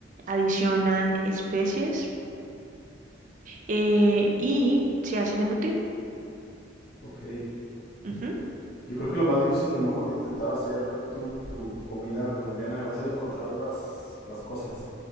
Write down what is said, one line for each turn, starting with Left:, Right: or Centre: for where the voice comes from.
Right: Adicionan especies eh, y se hace el embutido.
Left: ok.
Right: ujú.
Left: Yo creo que lo más difícil, a lo mejor, de intentar hacer tu, tu comida colombiana va a ser encontrar las, las cosas.